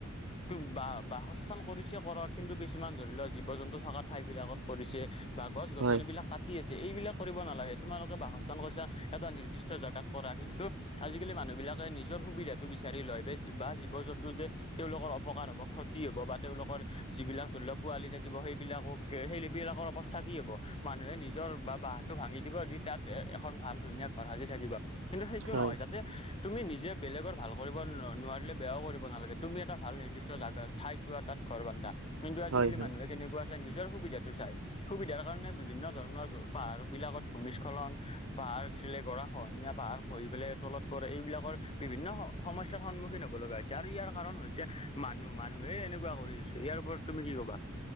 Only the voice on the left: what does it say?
টো বা বাসস্থান কৰিছে কৰক কিন্তু কিছুমান ধৰি লও জীৱ-জন্তু থকা ঠাইবিলাকত কৰিছে। বা গছ-গছনিবিলাক
কাটি আছে এইবিলাক কৰিব নালাগে, তোমালোকে বাসস্থান কৰিছা এটা নিৰ্দিষ্ট জোগাত কৰা কিন্তু আজিকালি মানুহ বিলাকে নিজৰ সুবিধাটো বিচাৰি লয় বেজ বা জীৱ-জন্তু যে তেওঁলোকৰ অপকাৰ অবসত টি হ'ব বা তেওঁলোকৰ যিবিলাক ধৰি লওক পোৱালি থাকিব সেইবিলাকক সেই বিলাকৰ অৱস্থা কি হ'ব? মানুহে নিজৰ বা বাঁহটো ভাঙি দিব দি তাত এ এখন ভাল ধুনীয়া ঘৰ সাজি থাকিব। কিন্তু সেইটো
নহয় যাতে তুমি নিজে বেলেগৰ ভাল কৰিব ন নোৱাৰিলে বেয়াও কৰিব নালাগে তুমি এটা ভাল নিৰ্দিষ্ট জাগাৰ ঠাই চোৱা তাত ঘৰ বন্ধা, কিন্তু আজিকালি
মানুহে কেনেকুৱা চাই নিজৰ সুবিধাটো চাই। সুবিধাৰ কাৰণে বিভিন্ন ধৰণৰ পাহাৰ বিলাকত ভূমিস্খলন, পাহাৰ খিছিলে, গৰা খহনীয়া, পাহাৰ হৈ পেলাই তলত পৰে এইবিলাকৰ বিভিন্ন সমস্যাৰ সন্মুখীন হ'ব লগা হৈছে আৰু ইয়াৰ কাৰণ হৈছে মানুহ। মানুহে এনেকুৱা কৰিছে, ইয়াৰ ওপৰত তুমি কি কবা?